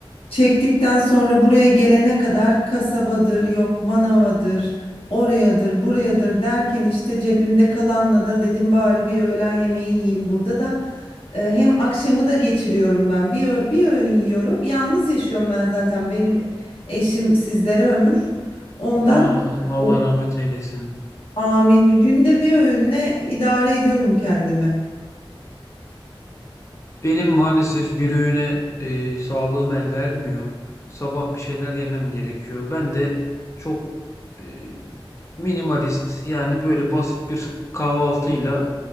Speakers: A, on the left (about 80°); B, on the left (about 30°).
A: Çektikten sonra buraya gelene kadar kasabadır, yok manavadır, orayadır, burayadır derken işte cebimde kalanla da dedim bari bir öğlen yemeği yiyeyim burada da. E, hem akşamı da geçiriyorum ben. Bir, ö- bir öğün yiyorum. Yalnız yaşıyorum ben zaten. Benim eşim sizlere ömür. Ondan
B: Ah, Allah
A: e,
B: rahmet eylesin.
A: Amin. Bir günde bir öğünle idare ediyorum kendimi.
B: Benim maalesef bir öğüne e, sağlığım el vermiyor. Sabah bir şeyler yemem gerekiyor. Ben de çok e, minimalist yani böyle basit bir kahvaltıyla